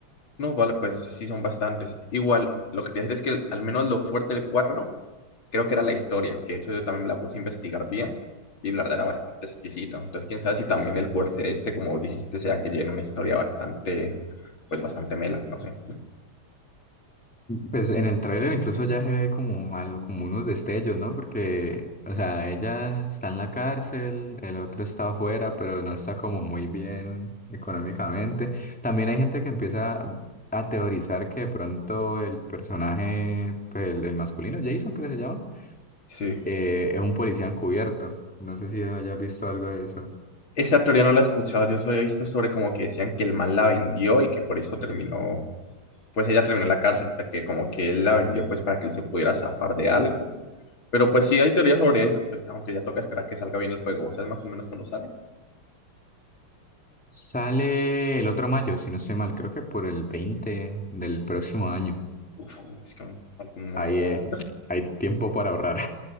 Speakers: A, on the left; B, in the centre.
A: No, vale, pues sí son bastantes. Igual, lo que te voy a decir es que al menos lo fuerte del 4 creo que era la historia, que eso yo también la puse a investigar bien y la verdad era bastante exquisita. Entonces, quién sabe si también el fuerte de este, como dijiste, sea que llene una historia bastante, pues bastante mela, no sé.
B: Pues en el tráiler incluso ya se ve como, algo, como unos destellos, ¿no? Porque, o sea, ella está en la cárcel, el otro está afuera, pero no está como muy bien económicamente. También hay gente que empieza a teorizar que de pronto el personaje, pues el, el masculino, Jason, creo que se llama,
A: Sí.
B: eh, es un policía encubierto. No sé si hayas visto algo de eso.
A: Esa teoría no la he escuchado, yo solo he visto sobre como que decían que el man la vendió y que por eso terminó, pues ella terminó en la cárcel, hasta que como que él la vendió pues para que él se pudiera zafar de algo. Pero pues sí hay teorías sobre eso, pues aunque ya toca esperar que salga bien el juego, ¿vos sabes más o menos cuándo sale?
B: Sale el otro mayo, si no estoy mal, creo que por el 20 del próximo año.
A: Uf, es que me falta un montón.
B: Ahí, eh, hay tiempo para ahorrar.